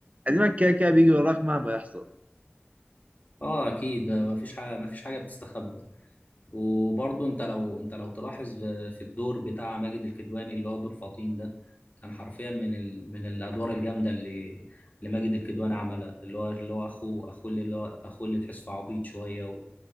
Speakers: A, on the right (about 35°); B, on the left (about 40°).
A: قديمك كده كده بيجي وراك مهما يحصل
B: اه اكيد ما فيش حاجه ما فيش حاجه بتستخبى وبرضه انت لو انت لو تلاحظ ب- في الدور بتاع ماجد الكدواني اللي هو دور فطين ده كان حرفيا من ال... من الادوار الجامده اللي اللي ماجد الكدواني عملها اللي هو اللي هو اخوه اخوه اللي اللي هو اخوه اللي تحسه عبيط شويه و...